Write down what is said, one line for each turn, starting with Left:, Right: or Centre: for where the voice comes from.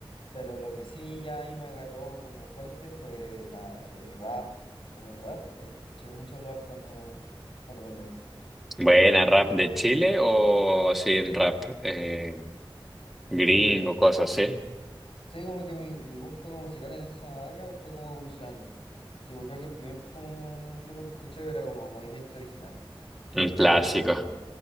Left: Pero lo que sí ya ahí me agarró como fuerte fue nada, el rap, como el rap. eh, Escuché mucho rap cuando, cuando pendejo. Sí.
Centre: Buena, rap de Chile o así en rap eh, gringo,
Left: Eh,
Centre: cosas así.
Left: sí, como que mi, mi gusto musical en esa área fue como evolucionando. Tipo, creo que el primer como grupo que escuché era como Movimiento Original.
Centre: Un
Left: Y
Centre: clásico.
Left: nada, y lo encontré